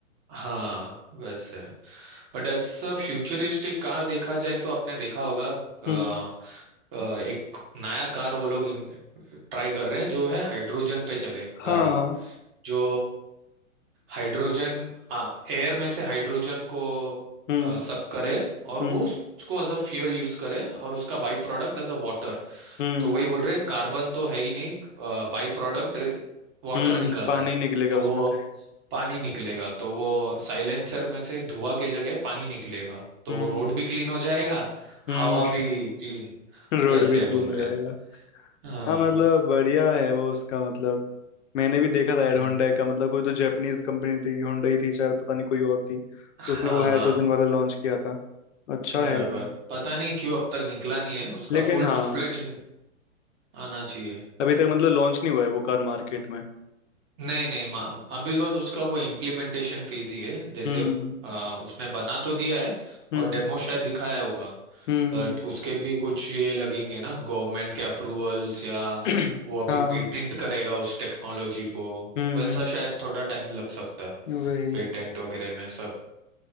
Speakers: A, on the right; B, on the left.
A: हाँ वैसे बट ऐसा फ्यूचरिस्टिक कार देखा जाए तो आपने देखा होगा अ,
B: हम्म
A: अ, एक नया कार वो लोग ट्राई कर रहे हैं जो है हाइड्रोजन पे चले गाड़ी
B: हाँ हाँ,
A: जो हाइड्रोजन हाँ एयर में से हाइड्रोजन को
B: हम्म
A: अ, सक करे और
B: हम्म
A: वो उस- उसको एज अ फ्यूल यूज करे और उसका by product as a water
B: हम्म
A: तो वही बोल रहे हैं, कार्बन तो है ही नहीं बाई प्रोडक्ट वाटर
B: हम्म
A: निकल
B: पानी
A: रहा है
B: निकलेगा
A: तो वो
B: उसमें से
A: पानी निकलेगा तो वो साइलेंसर में से धुआं के जगह पानी निकलेगा तो
B: हम्म
A: वो रोड भी क्लीन हो जाएगा
B: हम्म
A: हवा भी क्लीन
B: <laughs> रोड
A: वैसे
B: भी क्लीन
A: बोलते
B: हो जाएगा
A: हैं हाँ
B: हाँ मतलब बढ़िया है वो उसका मतलब मैंने भी देखा था एड
A: हम्म,
B: होंडा का मतलब कोई तो जापानीज कंपनी थी होंडा ही थी शायद पता नहीं कोई और थी
A: हाँ
B: उसने वो हाइड्रोजन
A: हाँ
B: वाला लॉन्च किया था अच्छा
A: बराबर
B: है वो
A: पता नहीं क्यों अब तक निकला नहीं है उसका
B: लेकिन
A: फुल
B: हाँ
A: फ्लेज आना चाहिए
B: अभी तक मतलब लॉन्च नहीं हुआ है वो कार मार्केट में
A: नहीं नहीं मा- अभी बस उसका वो इम्प्लीमेंटेशन फीस ही है जैसे
B: हम्म
A: आ, उसने बना तो दिया है
B: हम्म
A: और डेमो शायद दिखाया होगा
B: हम्म
A: बट उसके भी कुछ ये लगेंगे ना गवर्नमेंट के अप्रूवल्स या
B: <clears throat>
A: वो अभी
B: हाँ
A: पेटेंट करेगा उस टेक्नोलॉजी को
B: हम्म
A: वैसा
B: हम्म
A: शायद थोड़ा टाइम लग सकता है
B: वही
A: पेटेंट वगैरह में सब